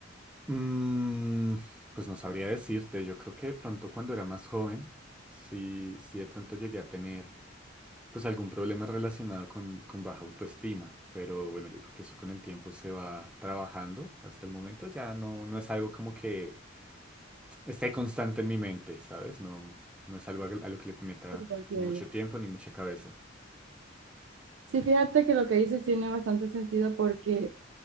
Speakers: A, in the centre; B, on the right (about 70°).
A: Mm, pues no sabría decirte. Yo creo que de pronto cuando era más joven, sí, sí de pronto llegué a tener pues algún problema relacionado con, con baja autoestima. Pero bueno, yo creo que eso con el tiempo se va trabajando. Hasta el momento ya no, no es algo como que esté constante en mi mente, ¿sabes? No, no es algo a a lo que le meta
B: Sí, porque-
A: mucho tiempo ni mucha cabeza.
B: sí, fíjate que lo que dices tiene bastante sentido porque...